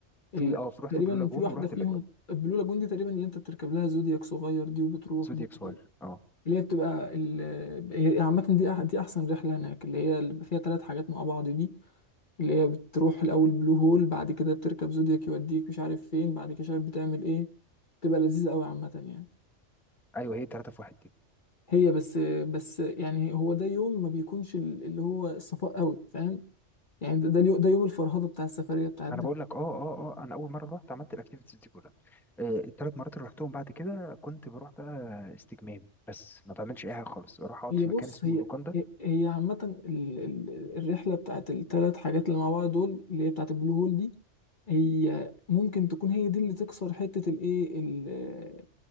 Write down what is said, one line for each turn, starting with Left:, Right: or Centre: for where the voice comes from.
Centre: في
Left: ال...
Centre: اه في رحت
Left: تقريبا
Centre: بلو لاجون
Left: في واحدة
Centre: ورحت
Left: فيهم
Centre: اللاجون
Left: البلو لاجون دي تقريبا اللي انت بتركب لها زودياك صغير دي وبتروح
Centre: زودياك
Left: بقى
Centre: صغير اه
Left: اللي هي بتبقى ال... هي عامة دي أح... دي أحسن رحلة هناك اللي هي اللي بيبقى فيها ثلاث حاجات مع بعض دي اللي هي بتروح الأول بلو هول بعد كده بتركب زودياك يوديك مش عارف فين بعد كده شايف بتعمل إيه بتبقى لذيذة أوي عامة يعني
Centre: ايوه هي ثلاثة في واحد دي
Left: هي بس بس يعني هو ده يوم ما بيكونش ال- اللي هو الصفاء أوي فاهم يعني ده ده اليو- ده يوم الفرهدة بتاع السفرية بتاعت
Centre: ما انا بقول لك اه اه اه انا اول مره رحت عملت الاكتيفيتيز دي كلها آه الثلاث مرات اللي رحتهم بعد كده كنت بروح بقى استجمام بس ما بعملش اي حاجه خالص بروح اقعد
Left: هي
Centre: في
Left: بص
Centre: مكان اسمه
Left: هي
Centre: لوكاندا
Left: هي هي عامة ال- ال- الرحلة بتاعت التلات حاجات اللي مع بعض دول اللي هي بتاعت البلو هول دي هي ممكن تكون هي دي اللي تكسر حتة الايه ال-